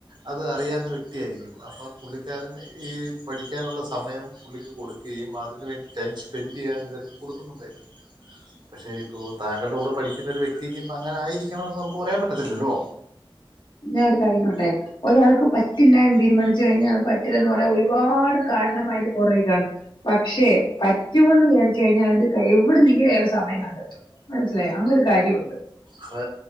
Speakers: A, on the right; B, on the left.
A: അത് അറിയാവുന്ന വ്യക്തിയായിരിക്കും അപ്പം പുള്ളിക്കാരൻ ഈ പഠിക്കാനുള്ള സമയം പുള്ളിക്ക് കൊടുക്കയും അ അതിന്ന് വേണ്ടി ടൈം സ്പെൻഡ് ചെയ്യാൻ ഞ്ഞത് കൊടുക്കുന്നുണ്ടായിരിക്കും പക്ഷേ ഇപ്പോൾ താങ്കളുടെ കൂടെ ഇരിക്കുന്ന ഒരു വക്തിക്ക് ഇപ്പ അങ്ങന ആയിരിക്കണം എന്നു നമുക്ക് പറയാൻ പറ്റത്തില്ലല്ലോ
B: ഞാൻ ഒരു കാര്യം പറട്ടെ ഒരാൾക്ക് പറ്റില്ല എന്ന് തീരുമാനിച്ചു കഴിഞ്ഞാൽ ആഹ് പ ന്ന് പറയാ ഒരുപാട് കാരണങ്ങളായിട്ട് പുറേക്കാണ് പക്ഷെ പറ്റുമന്ന് വിചാരി കഴിഞ്ഞാൽ അതിന്റെ കൈ എവിട നിങ്കും വേറെ സമം കണ്ടെത്തും മനസിലായ അങ്ങനെ ഒരു കാര്യമുണ്ട്
A: അത്